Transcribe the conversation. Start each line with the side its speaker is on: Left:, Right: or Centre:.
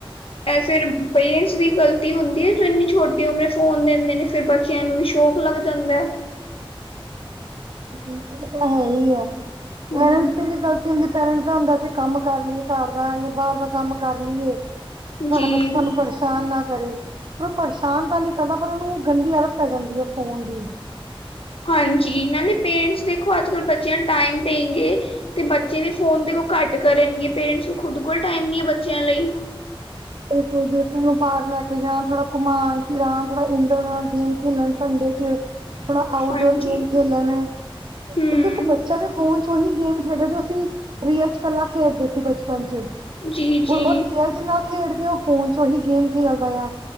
Left: ਇਹ ਫਿਰ ਪੇਰੈਂਟਸ ਦੀ ਗਲਤੀ ਹੁੰਦੀ ਹੈ ਜੋ ਇੰਨੀ ਛੋਟੀ ਉਮਰੇ ਫੋਨ ਦਿੰਦੇ ਨੇ ਫਿਰ ਬੱਚਿਆਂ ਨੂੰ ਵੀ ਸ਼ੌਕ ਲੱਗ ਜਾਂਦਾ
Right: ਉਹ ਤਾਂ ਹੈ ਹੀ ਐ ਪੇਰੈਂਟਸ
Left: ਹੂੰ,
Right: ਦੀ ਵੀ ਗਲਤੀ ਹੁੰਦੀ ਪੇਰੈਂਟਸ ਦਾ ਹੁੰਦਾ ਅਸੀਂ ਕੰਮ ਕਰ ਲਈਏ ਘਰ ਦਾ ਜਾਂ ਬਾਹਰ ਦਾ ਕੰਮ ਕਰ ਲਈਏ, ਸਾਡਾ
Left: ਜੀ।
Right: ਬੱਚਾ ਸਾਨੂੰ ਪਰੇਸ਼ਾਨ ਨਾ ਕਰੇ ਪਰ ਪਰੇਸ਼ਾਨ ਤਾਂ ਨੀ ਕਰਦਾ, ਪਰ ਓਹਨੂੰ ਗੰਦੀ ਆਦਤ ਪੈ ਜਾਂਦੀ ਏ ਫੋਨ ਦੀ।
Left: ਹਾਂਜੀ, ਨਾਲੇ ਪੇਰੇਂਟਸ ਦੇਖੋ ਅੱਜ-ਕੱਲ ਬੱਚਿਆਂ ਨੂੰ ਟਾਈਮ ਦੇਂਗੇ ਤੇ ਬੱਚੇ ਵੀ ਫੋਨ ਦੇਖੋ ਘੱਟ ਕਰਨਗੇ। ਪੇਰੇਂਟਸ ਕੋਲ ਖੁਦ ਕੋਲ ਟਾਈਮ ਨਹੀ ਏ ਬੱਚਿਆਂ ਲਈ।
Right: ਉਹ ਖੁਦ ਨੂੰ ਬਾਹਰ ਲੈ ਕੇ ਜਾਣ ਥੋੜਾ ਘੁਮਾਣ-ਫਿਰਾਂਣ, ਥੋੜਾ ਇੰਡੋਰ ਗੇਮ ਖੇਲਣ ਸੰਡੇ ਚ। ਥੋੜਾ ਆਉਡੋਰ
Left: ਹਾਂਜੀ
Right: ਗੇਮ ਖੇਲਣ
Left: ਹੂੰ
Right: ਤੇ ਦੇਖੋ ਬੱਚਾ ਤੇ ਫੋਨ ਚ ਓਹੀ ਗੇਮ ਖੇਡਦੈ, ਜੋ ਅਸੀਂ ਰੀਅਲ ਚ ਪੈਲਾਂ ਖੇਡਦੇ ਸੀ ਬਚਪਨ ਚ।
Left: ਜੀ
Right: ਹੁਣ
Left: ਜੀ
Right: ਓ ਰੀਅਲ ਚ ਮੈ ਖੇਡਕੇ ਉਹ ਫੋਨ ਚ ਓਹੀ ਗੇਮ ਖੇਲਦਿਆਂ।